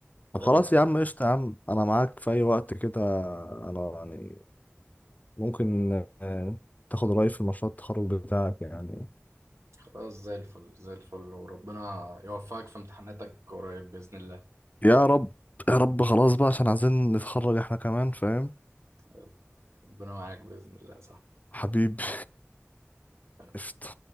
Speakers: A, on the left; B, on the right.
A: طب
B: يلا
A: خلاص يا عم قشطة يا عم انا معاك في اي وقت كده انا يعني ممكن آه، تاخد رأيي في مشروع التخرج بتاعك يعني
B: خلاص زي الفل زي الفل وربنا يوفقك في امتحاناتك قريب بإذن الله
A: يا رب يا رب خلاص بقى عشان عايزين نتخرج احنا كمان فاهم
B: يلا ربنا معاك بإذن الله
A: حبيبي
B: صح
A: <laughs> قشطة